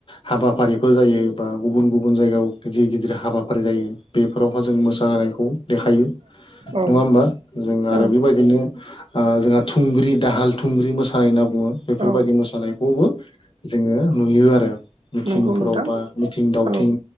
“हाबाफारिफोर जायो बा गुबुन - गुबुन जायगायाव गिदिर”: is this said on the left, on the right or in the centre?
Left